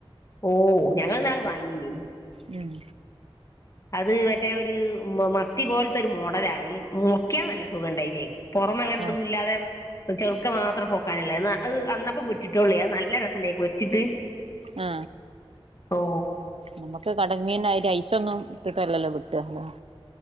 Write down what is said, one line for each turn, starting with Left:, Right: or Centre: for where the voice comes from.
Left: ഓ ഞങ്ങൾ ന്നാള് വാങ്ങീനി
Right: മം
Left: അത് മറ്റേ ഒരു മത്തി പോലത്തൊരു മോഡലാണ്. മുറിക്ക്യൻ നല്ല സുഖണ്ടായിനിം പുറമേ അങ്ങനൊന്നും
Right: ആഹ്
Left: ഇതൊന്നുല്ലാതെ ചെള്ക്ക മാത് അത്ര പോക്കാനില്ല അത് അന്നപ്പോ പൊരിച്ചിട്ടോള്ളേ അഹ് നല്ല രെ സണ്ടായി പൊരിച്ചിട്ട്.
Right: ആ
Left: ഓ
Right: നമ്മുക്ക് കടങ്ങീന്റെ ഐസ ഒന്നും ഇിട്ടല്ലല്ലോ കുട്ട റ്റല